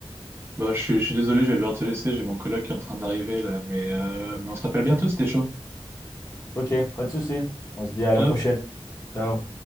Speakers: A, on the right (about 25°); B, on the left (about 35°).
A: Bah, je suis, je suis désolé, je vais devoir te laisser, j'ai mon collègue qui est en train d'arriver là, mais, euh, mais on se rappelle bientôt, c'était chaud.
B: Ok, pas de souci. On se dit à la
A: Ciao.
B: prochaine. Ciao.